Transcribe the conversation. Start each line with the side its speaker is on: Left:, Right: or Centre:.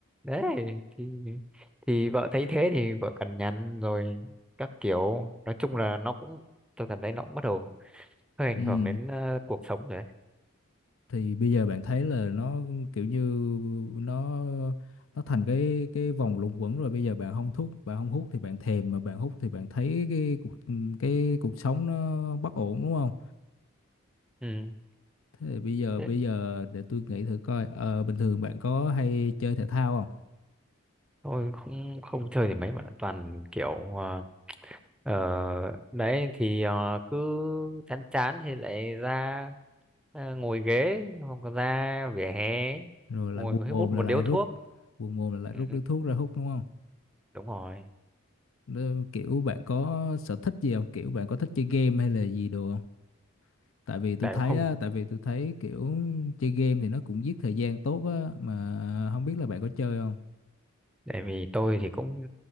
Centre: đấy thì thì vợ thấy thế thì vợ cằn nhằn rồi các kiểu nói chung là nó cũng tôi cảm thấy nó cũng bắt đầu hơi ảnh
Left: Ừ.
Centre: hưởng đến ờ, cuộc sống rồi đấy
Left: thì bây giờ bạn thấy là nó kiểu như nó nó thành cái cái vòng luẩn quẩn rồi bây giờ bạn không thuốc bạn không hút thì bạn thèm mà bạn hút thì bạn thấy cái cuộc cái cuộc sống nó bất ổn đúng không
Centre: ừ
Left: thế thì bây giờ
Centre: thế
Left: bây giờ để tôi nghĩ thử coi ờ, bình thường bạn có hay chơi thể thao không
Centre: tôi không không chơi thì mấy bạn ạ. toàn kiểu ờ, Ờ, đấy thì ờ, cứ chán chán thì lại ra ờ, ngồi ghế hoặc là ra vỉa hè
Left: rồi lại
Centre: ngồi
Left: buồn mồm
Centre: hút
Left: là
Centre: một điếu
Left: lại
Centre: thuốc
Left: rút buồn mồm là lại
Centre: ừ,
Left: rút điếu thuốc ra hút đúng không
Centre: đúng rồi
Left: Nên kiểu bạn có sở thích gì không kiểu bạn có thích chơi game hay là gì đồ không tại vì tôi
Centre: tại
Left: thấy
Centre: cũng không
Left: á, tại vì tôi thấy kiểu chơi game thì nó cũng giết thời gian tốt á mà không biết là bạn có chơi không
Centre: tại vì tôi thì cũng